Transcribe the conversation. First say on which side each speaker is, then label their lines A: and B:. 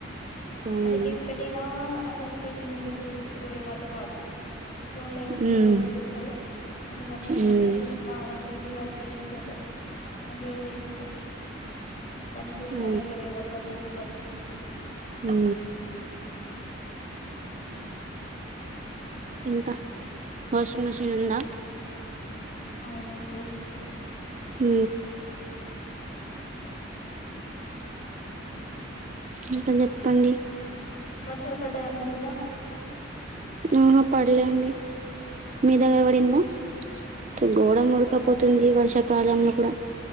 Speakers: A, on the right; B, on the left.
A: ఫోనేనా
B: అది టీవీ పెట్టినా అసల్ఫ్ టీవీ ముందు చూస్ చూడేవాళ్లు కాదు ఫోన్లే ఉన్నాయి
A: మ్మ్.
B: ఫోన్లే చూస్తారు అందుకనే ఇక
A: మ్మ్.
B: టీవీ పాడైపోయింది ఇక చేయించలే మంచిగా చేయించలే దాన్ని చూస్తానే
A: ఊ
B: లేరు ఎవరు అది ఎత్తుకొని
A: ఊ ఇంకా వాషింగ్ మిషిన్ ఉందా
B: అవునుంది
A: ఊ ఇంక చెప్పండి
B: వర్షాలు పడ్డాయా మీ దగ్గర
A: ఆ పడలే అండి మీ దగ్గర పడిందా అసల్ గోడ ముడకపోతుంది
B: పడ్
A: వర్షాకాలంలో కూడా